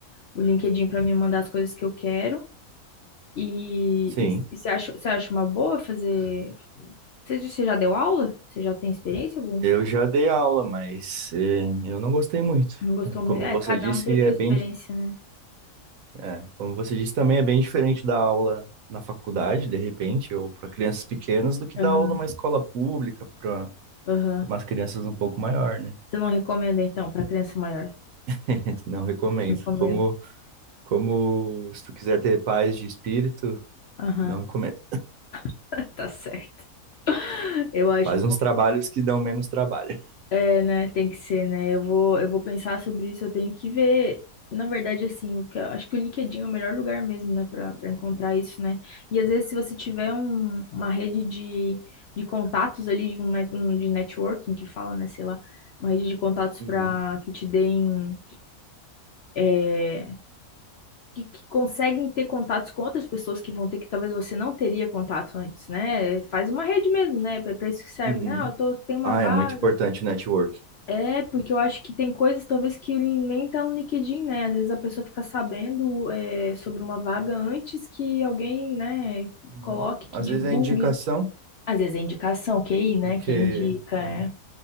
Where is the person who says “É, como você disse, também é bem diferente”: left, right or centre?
Right